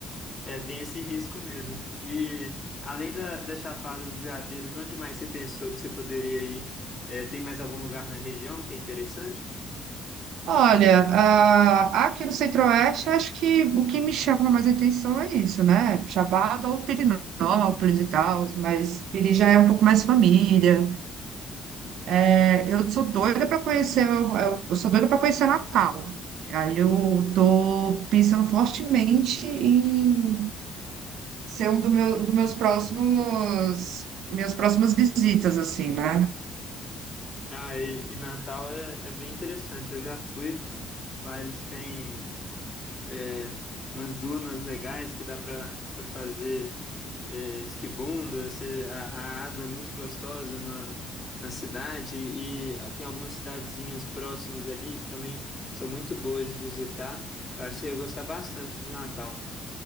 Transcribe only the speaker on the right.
Olha, ah, aqui no Centro-Oeste, eu acho que o que me chama mais atenção é isso, né? Chapada ou Pirinópolis e tal, mas Piri já é um pouco mais família. É, eu sou doida para conhecer, eu, eu- eu sou doida para conhecer Natal. Aí eu tô pensando fortemente em ser um do meu, dos meus próximos, minhas próximas visitas, assim, né?